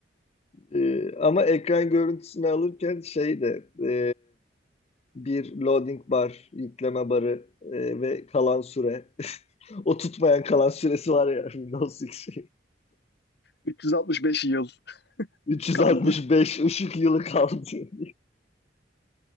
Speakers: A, on the left; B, on the left.
A: Ee, ama ekran görüntüsünü alırken şey de e, bir loading bar, yükleme barı e, ve kalan süre. <laughs> O tutmayan kalan süresi var ya Windows X.
B: 365 yıl <laughs>
A: 365
B: kaldı.
A: ışık yılı kaldı. <laughs>